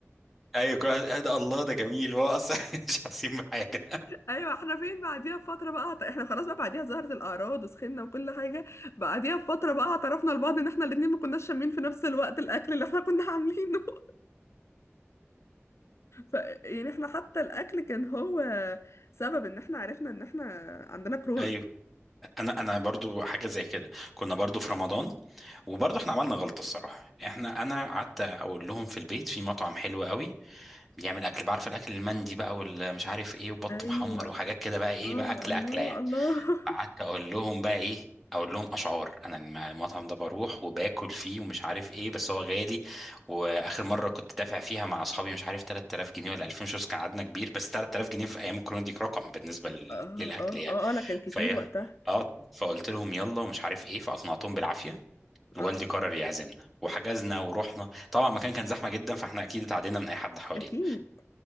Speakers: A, in the centre; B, on the left.
A: ايوه كل واحد- آه ده الله ده جميل هو اصلا <laughs> مش حاسين بحاجه
B: ايوه احنا فين بعديها بفتره بقى احنا خلاص بقى بعديها ظهرت الاعراض وسخنا وكل حاجه بعديها بفتره بقى اعترفنا لبعض ان احنا الاتنين ما كناش شامين في نفس الوقت الاكل اللي احنا كنا عاملينه <laughs> ف يعني احنا حتى الاكل كان هو سبب ان احنا عرفنا ان احنا عندنا كورونا
A: ايوه انا انا برضو حاجه زي كده كنا برضو في رمضان وبرضو احنا عملنا غلطه الصراحه احنا انا قعدت اقول لهم في البيت في مطعم حلو قوي بيعمل اكل بعرف الاكل المندي بقى والمش عارف ايه وبط
B: ايوه
A: محمر وحاجات كده بقى ايه
B: اه
A: بقى اكل
B: الله
A: اكله يعني
B: الله <laughs>
A: قعدت اقول لهم بقى ايه اقول لهم اشعار انا الم- المطعم ده بروح وباكل فيه ومش عارف ايه بس هو غالي واخر مره كنت دافع فيها مع اصحابي مش عارف 3000 جنيه ولا 2000 شوز كان عددنا كبير بس 3000 جنيه في ايام الكورونا دي رقم بالنسبه لل-
B: اه
A: للاكل
B: اه
A: يعني
B: اه اه لا كان كتير
A: فهي
B: وقتها
A: اه فقلت لهم يلا ومش عارف ايه فاقنعتهم بالعافيه
B: اه
A: والدي قرر يعزمنا وحجزنا ورحنا طبعا المكان كان زحمه جدا فاحنا اكيد اتعدينا من اي حد حوالينا
B: اكيد